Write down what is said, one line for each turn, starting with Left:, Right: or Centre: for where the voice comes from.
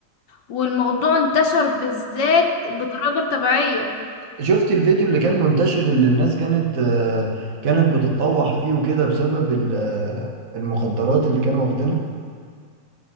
Left: والموضوع انتشر بالذات بطريقة غير طبيعية
Right: شفت الفيديو اللي كان منتشر اللي الناس كانت آه، كانت بتتطوح فيه وكده بسبب ال- آه، المخدرات اللي كانوا واخدينها